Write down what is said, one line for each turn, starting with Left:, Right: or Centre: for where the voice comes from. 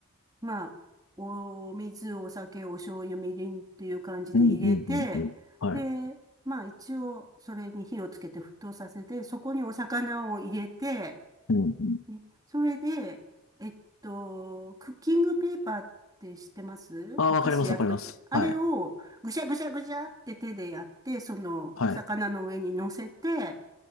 Right: まあ、お水、お酒、お醤油、みりんっていう感じで入れて、
Left: うんうんうんうん。はい。
Right: で、まあ一応それに火をつけて沸騰させて、そこにお魚を入れて、
Left: うんうん。
Right: ね、それで、えっと、クッキングペーパーって知ってますお菓子焼くときって、
Left: ああ、わかりますわかります。
Right: あれをぐしゃぐしゃぐしゃって手でやって、
Left: はい。
Right: そのお魚の上に乗せて、
Left: はい。